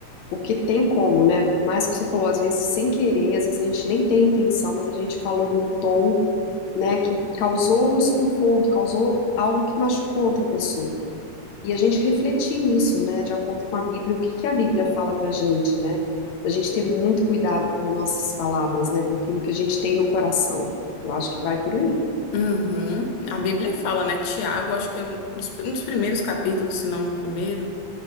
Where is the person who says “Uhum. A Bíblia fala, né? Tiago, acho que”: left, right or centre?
Left